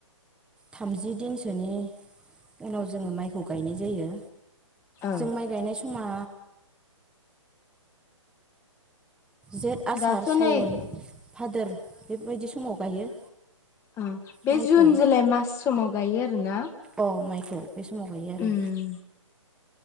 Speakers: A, in the centre; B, on the left (about 15°).
A: थामजि दिनसोनि उनाव जोङो माइखौ गायनाय जायो।
B: ओं
A: जों माइ गायनाय समा जेत आसार
B: दाथ'
A: सावन
B: नै
A: फादोर बेबायदि समाव गायो।
B: अ बे
A: माइखौ
B: जुन जुलाइ मास समाव। गायो आरोना।
A: अ माइखौ। बे समाव गायो आरो।
B: उम